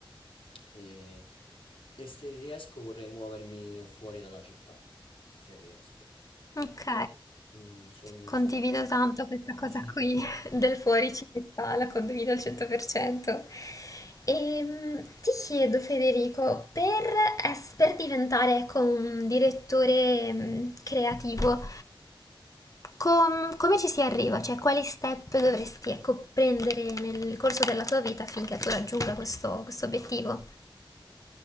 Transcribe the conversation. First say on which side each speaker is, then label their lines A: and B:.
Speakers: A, on the left (about 85°); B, on the left (about 40°).
A: e, e se riesco vorrei muovermi fuori dalla città, se riesco.
B: Ok.
A: Mm, sogno
B: Condivido
A: insomma questo.
B: tanto questa cosa
A: Sì.
B: qui <laughs> del fuori città, la condivido al 100%. E ti chiedo, Federico, per, ess- per diventare ecco, un direttore mm, creativo, Com- come ci si arriva? Cioè, quali step dovresti ecco, prendere nel corso della tua vita affinché tu raggiunga questo, questo obiettivo?